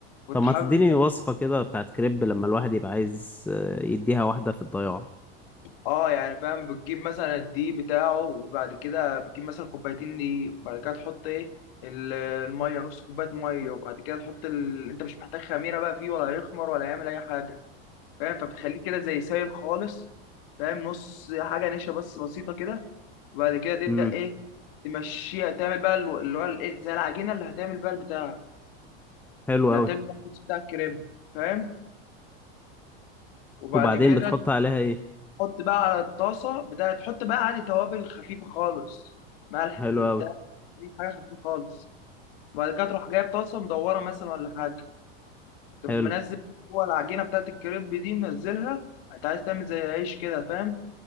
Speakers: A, on the left; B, in the centre.
A: كنت
B: طب ما
A: حابب
B: تديني وصفة كده بتاعت كريب لما الواحد يبقى عايز آه، يديها واحدة في الضياع
A: اه يعني فاهم بتجيب مثلا الدقيق بتاعه وبعد كده بتجيب مثلا كوبايتين دقيق وبعد كده تحط ايه ال- الميه نص كوبايه ميه وبعد كده تحط ال... انت مش محتاج خميره بقى فيه ولا هيخمر ولا يعمل اي حاجه فاهم فبتخليه كده زي سايل خالص فاهم نص حاجه نشا بس بسيطه كده وبعد كده تبدا
B: امم
A: ايه تمشيها تعمل بقى الو- اللي هو الايه زي العجينه اللي هتعمل بقى البتاع
B: حلو
A: اللي
B: أوي
A: هتعمل بقى الصوص بتاع الكريم فاهم وبعد
B: وبعدين
A: كده
B: بتحط عليها إيه
A: تحط بقى على الطاسه بتاع تحط بقى عادي توابل خفيفه خالص ملح
B: حلو
A: بتاع
B: أوي
A: أي حاجه خفيفه خالص وبعد كده تروح جايب طاسه مدوره مثلا ولا حاجه تروح
B: حلو
A: منزل جوه العجينه بتاعت الكريب دي منزلها انت عايز تعمل زي العيش كده فاهم